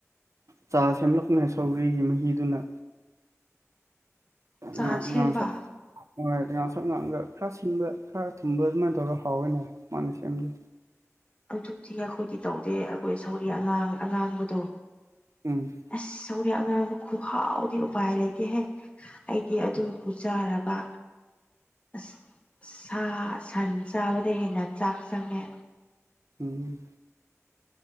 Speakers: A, on the right; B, on the left.
A: ꯆꯥ ꯁꯦꯝꯂꯛꯄꯅꯦ ꯁꯧꯒ꯭ꯔꯤꯒꯤ ꯃꯍꯤꯗꯨꯅ
B: ꯆꯥ
A: ꯉꯥꯡ
B: ꯁꯦꯝꯕ
A: ꯉꯥꯡꯁꯛ ꯍꯣꯏ ꯉꯥꯡꯁꯪ ꯉꯥꯡꯉꯒ ꯈꯔ ꯁꯤꯟꯕ ꯈꯔ ꯊꯨꯝꯕ ꯑꯗꯨꯃꯥꯏꯅ ꯇꯧꯔꯒ ꯍꯥꯎꯋꯦꯅꯦ ꯃꯥꯅ ꯁꯦꯝꯃꯗꯤ
B: ꯑꯗꯨꯗꯤ ꯑꯩꯈꯣꯏꯗꯤ ꯇꯧꯗꯦ ꯑꯩꯈꯣꯏ ꯁꯧꯒ꯭ꯔꯤ ꯑꯉꯥꯡ ꯑꯉꯥꯡꯕꯗꯣ
A: ꯎꯝ
B: ꯑꯁ ꯁꯧꯒ꯭ꯔꯤ ꯑꯉꯥꯡꯕ ꯈꯨꯍꯥꯎꯗꯤ ꯎꯄꯥꯏ ꯂꯩꯇꯦꯍꯦ ꯑꯩꯗꯤ ꯑꯗꯨꯕꯨ ꯆꯥꯔꯕ ꯑꯁ ꯁꯥ ꯁꯟ ꯆꯥꯕꯗꯩ ꯍꯦꯟꯅ ꯆꯥꯛ ꯆꯪꯉꯦ
A: ꯎꯝ